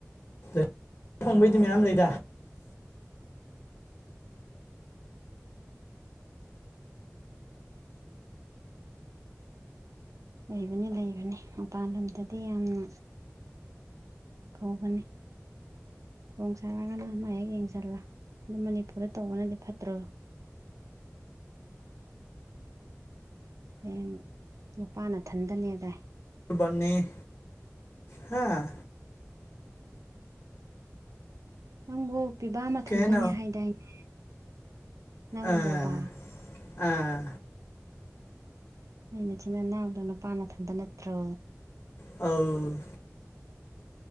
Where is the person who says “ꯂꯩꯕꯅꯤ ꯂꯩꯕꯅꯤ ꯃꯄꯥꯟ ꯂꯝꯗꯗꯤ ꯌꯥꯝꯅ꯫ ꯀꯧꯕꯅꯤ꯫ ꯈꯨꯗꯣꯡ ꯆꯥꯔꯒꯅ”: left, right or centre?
Right